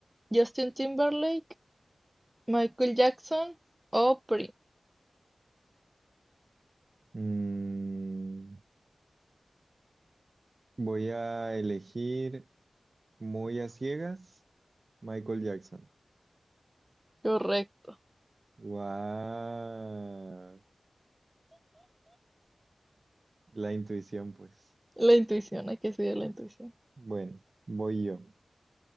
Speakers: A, on the right (about 15°); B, on the right (about 55°).
A: Justin Timberlake, Michael Jackson o Prince.
B: Mm, voy a elegir muy a ciegas Michael Jackson.
A: Correcto.
B: Guau, la intuición, pues.
A: La intuición, hay que seguir la intuición.
B: Bueno, voy yo.